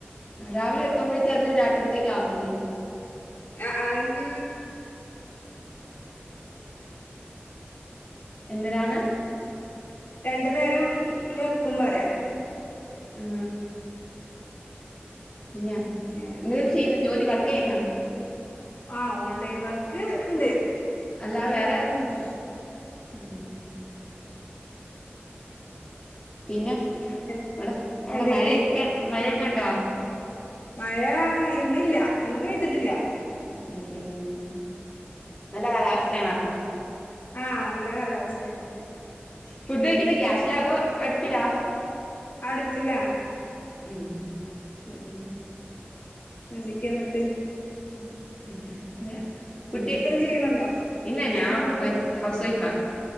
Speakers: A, on the left; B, on the left.
A: രാവിലെ വെക്കുമ്പോഴേതെ അത് ര തിക് ആവതില്ലേ
B: ആ ആഅത്
A: എന്തരാണ്
B: രണ്ട് നേരം വെക്കും വരെ
A: ആ ന്നാ
B: അങ്ങനെ
A: ജോലി ചെയ്യുന്ന വർക്ക് ചെയ്യുന്ന
B: ആ ഓൺലൈൻ വർക്ക് ഉണ്ട് ഇവിടെ
A: അല്ല വേറെ
B: വർക്ക് ഒന്നുല്ല
A: ഉം പിന്നെ
B: എൻ
A: അവിടെ അവിടെ
B: എന്തൊക്കെ
A: മഴയൊക്കെ മഴയൊക്കെ കണ്ടോ
B: മഴ ഇന്നില്ല ഇന്ന് പെയ്തിട്ടില്ല
A: ഉം ഉം നല്ല കാലാവസ്ഥ ആണോ
B: ആഹ് നല്ല കാലാവസ്ഥയാണ് ഇപ്പൊ
A: ഫുഡ് വെക്കുന്ന ഗ്യാസ്സില അതോ അടുപ്പിലാ
B: അടുപ്പിലാണ്
A: ഉം
B: ഉം എന്തൊക്കെ ന്നട്ട്
A: <unintelligible> കുട്ടി
B: ചെയ്യണുണ്ടോ
A: ഇല്ല ഞാൻ
B: ഉം കു
A: വൈഫ് ഹൗസ് വൈഫാ